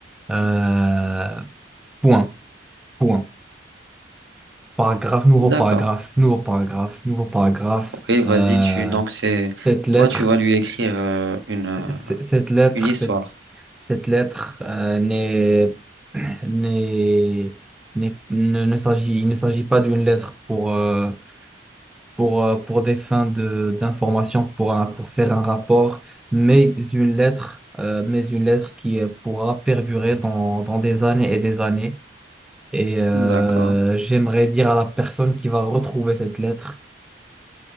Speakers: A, in the centre; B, on the right (about 75°).
A: Euh, point, point. Paragraphe, nouveau
B: d'accord.
A: paragraphe, nouveau paragraphe, nouveau paragraphe.
B: Ok,
A: Euh,
B: vas-y, tu donc c'est
A: cette lettre
B: toi tu vas lui écrire euh, une euh,
A: c- cette lettre,
B: une histoire.
A: cette, cette lettre euh, n'est, n'est, n'est- ne, ne s'agit, il ne s'agit pas d'une lettre pour, euh, pour, euh, pour des fins de, d'information, pour, un- pour faire un rapport, mais une lettre, euh, mais une lettre qui euh, pourra perdurer dans, dans des années et des années. Et euh,
B: D'accord,
A: j'aimerais dire à la personne qui va retrouver cette lettre.